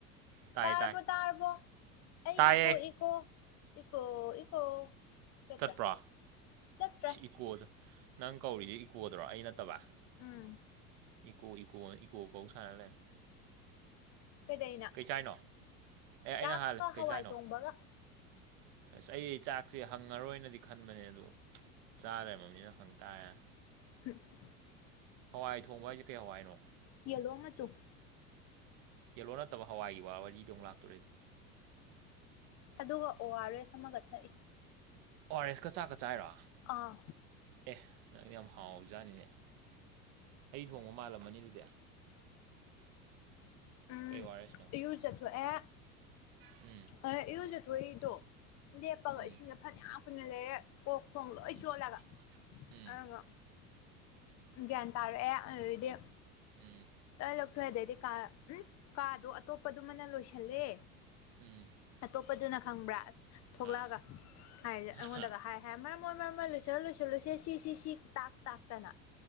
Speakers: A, on the right (about 50°); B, on the left (about 35°).
A: ꯇꯥꯏ
B: ꯇꯥꯔꯕꯣ
A: ꯇꯥꯏ
B: ꯇꯥꯔꯕꯣ ꯑꯩ
A: ꯇꯥꯏꯌꯦ
B: ꯏꯀꯣ ꯏꯀꯣ ꯏꯀꯣ ꯏꯀꯣ ꯆꯠꯇ꯭ꯔꯥ
A: ꯆꯠꯄ꯭ꯔꯣ
B: ꯆꯠꯇ꯭ꯔꯥ
A: ꯏꯀꯣꯗ ꯅꯪ ꯀꯧꯔꯤꯁꯦ ꯏꯀꯣꯗꯔꯣ ꯑꯩ ꯅꯠꯇꯕ
B: ꯎꯝ
A: ꯏꯀꯣ ꯏꯀꯣ ꯏꯀꯣ ꯀꯧ ꯁꯅꯂꯦ
B: ꯀꯩꯗꯩꯅ
A: ꯀꯩꯆꯥꯏꯅꯣ ꯑꯦ ꯑꯩꯅ
B: ꯆꯥꯛꯀ
A: ꯍꯥꯂꯦ ꯀꯩꯆꯥꯏꯅꯣ
B: ꯍꯋꯥꯏ ꯊꯣꯡꯕꯒ
A: ꯑꯁ ꯑꯩ ꯆꯥꯛꯁꯦ ꯐꯪꯉꯔꯣꯏꯅꯗꯤ ꯈꯟꯕꯅꯦ ꯑꯗꯨ ꯆꯥꯂꯩꯃꯅꯤꯅ ꯍꯪ ꯇꯥꯔꯦ
B: <inaudible>
A: ꯍꯋꯥꯏ ꯊꯣꯡꯕ ꯍꯥꯏꯁꯦ ꯀꯩ ꯍꯋꯥꯏꯅꯣ
B: ꯌꯦꯂꯣ ꯑꯃꯆꯨ
A: ꯌꯦꯜꯂꯣ ꯅꯠꯇꯕ ꯍꯋꯥꯏꯒꯤ ꯋꯥ ꯋꯥꯔꯤꯗꯣ ꯑꯃꯨꯛ ꯂꯥꯛꯇꯣꯔꯦꯗꯣ
B: ꯑꯗꯨꯒ ꯑꯣ ꯑꯥꯔ ꯑꯦꯁ ꯑꯃꯒ ꯊꯛꯏ
A: ꯑꯣ ꯑꯣꯔ ꯁꯀ ꯆꯥꯛꯀ ꯆꯥꯏꯔꯣ
B: ꯑꯥ
A: ꯑꯦ ꯅꯪ ꯌꯥꯝ ꯍꯥꯎꯕꯖꯥꯠꯅꯤꯅꯦ ꯍꯩ ꯊꯣꯡꯕ ꯃꯥꯜꯂꯝꯃꯅꯤ ꯑꯗꯨꯗꯤ
B: ꯎꯝ
A: ꯀꯩ ꯑꯣ ꯑꯥꯔ ꯑꯦꯁꯅꯣ
B: ꯏꯌꯨꯖ ꯆꯠꯊꯣꯛꯑꯦ
A: ꯎꯝ
B: ꯑ ꯏꯔꯨꯖꯊꯣꯏꯗꯣ ꯂꯦꯞꯄꯒ
A: ꯎꯝ
B: ꯏꯁꯤꯡꯁꯦ ꯐꯅꯌꯥꯝ ꯀꯨꯟꯅ ꯂꯩꯔꯦ ꯑꯣꯛ ꯈꯣꯡ ꯂꯣꯏ
A: ꯎꯝ
B: ꯆꯣꯜꯂꯒ
A: ꯎꯝ
B: ꯑꯗꯨꯒ ꯒ꯭ꯌꯥꯟ ꯇꯥꯔꯛꯑꯦ ꯑꯗꯨꯗꯩꯗꯤ
A: ꯎꯝ
B: ꯑ ꯂꯧꯊꯣꯏꯑꯥꯗꯗꯤ ꯀꯥ ꯎꯝ ꯀꯥꯗꯣ ꯑꯇꯣꯞꯄꯗꯨꯃꯅ ꯂꯣꯏꯁꯜꯂꯦ
A: ꯎꯝ
B: ꯑꯇꯣꯞꯄꯗꯨꯅ ꯈꯪꯕ꯭ꯔꯥ ꯑꯁ ꯊꯣꯛꯂꯛꯑꯒ
A: ꯑꯥ
B: ꯍꯥꯏꯁꯦ ꯑꯩꯉꯣꯟꯗꯒ
A: ꯑꯍꯥ
B: ꯍꯥꯏ ꯍꯦ ꯃꯔ ꯃꯣꯏ ꯃꯔ ꯃꯣꯏ ꯂꯣꯏꯁꯤꯜꯂ ꯂꯣꯏꯁꯤꯜꯂꯨꯁꯦ ꯁꯤꯁꯤ ꯁꯤ ꯇꯥꯛ ꯇꯥꯛꯇꯅ